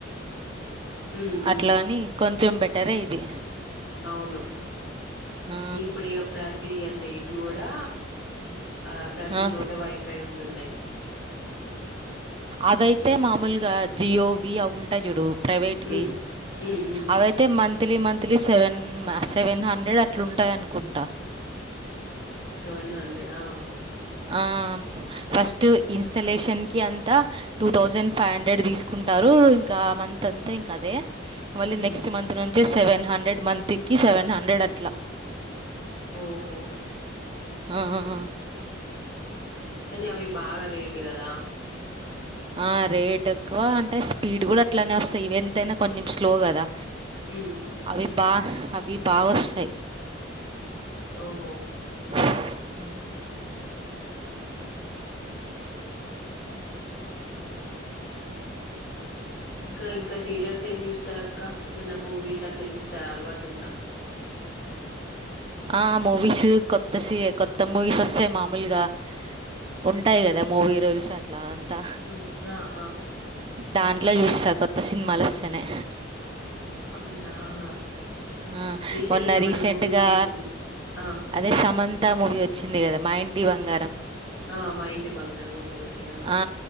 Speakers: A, on the left; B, on the right.
A: ఉమ్ ఉమ్
B: అట్లా అని కొంచెం బెటరే ఇది
A: అవును
B: ఆ!
A: ఇప్పుడిగ ప్రతి అంటే ఇటు కూడా ఆ ప్రతి
B: ఆ!
A: చోట వైఫై ఉంటున్నాయ్
B: అవయితే మామూలుగా జియోవి అవుంటాయ్ జూడు ప్రైవేట్వి
A: ఉమ్ ఉమ్ ఉమ్
B: అవైతే monthly monthly seven seven hundred అట్లుంటాయి అనుకుంటా
A: సెవెన్ హండ్రెడ్ ఆ
B: ఆ ఫస్ట్ ఇన్స్టలేషన్ కి అంతా టూ థౌజండ్ ఫైవ్ హండ్రెడ్ తీసుకుంటారు ఇంకా ఆ మంత్ అంతా ఇంకా అదే మళ్ళీ
A: ఉమ్,
B: నెక్స్ట్ మంత్ నుంచే సెవెన్ హండ్రెడ్ మంత్కి సెవెన్ హండ్రెడ్ అట్లా
A: ఓహో
B: ఆ ఆ ఆ
A: కానీ అవి బాగా రేట్ గదా
B: ఆ రేట్ ఎక్కువ అంటే స్పీడ్ కూడా అట్లానే వస్తాయి ఇవి ఎంతైనా కొంచెం స్లో కదా
A: ఉమ్, ఉమ్,
B: అవి బా అవి బాగొస్తాయ్
A: ఓహో
B: హ
A: ఇంకా ఇంకా సీరియల్స్ ఏమి చూస్తారు అక్క ఏమన్నా మూవీస్ అట్లా చూస్తారా అలవాటు ఉందా
B: ఆ మూవీస్ కొత్త కొత్త మూవీస్ వస్తాయి మామూలుగా ఉంటాయి కదా మూవీ రూల్స్ అట్లా అంతా
A: ఉమ్, ఆ ఆ
B: దాంట్లో చూస్తా కొత్త సినిమాలు వస్తేనే
A: అవునా ఆహా
B: ఆ
A: రీసెంట్గా
B: మొన్న
A: ఏమన్నా
B: రీసెం
A: మూవీస్
B: చెంటగా
A: చూసిల్లా ఆ
B: అదే సమంతా మూవీ వచ్చింది కదా మా ఇంటి బంగారం
A: ఆ మా ఇంటి బంగారం ఓకే ఓకే
B: అ ఆ